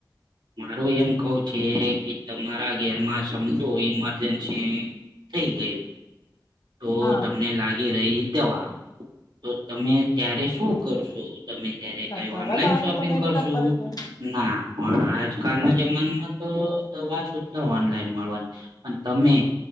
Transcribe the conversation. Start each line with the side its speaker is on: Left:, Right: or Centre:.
Right: મારું એમ કવ છે કે તમારા ઘરમાં સમજો ઈમરજન્સી થઈ ગય તો
Left: હા
Right: તમને લાગી રહી. દવા તો તમે ત્યારે શું કરશો તમે ત્યારે
Left: ના
Right: કઈ
Left: દવા
Right: ઓનલાઈન
Left: તો અમે
Right: શોપિંગ
Left: તો મેડિકલ
Right: કરશું?
Left: પર જ જાય છે.
Right: ના. પણ આજકાલના જમાનામાં તો દવા સુ્ધા ઓનલાઈન મળવાની પણ તમે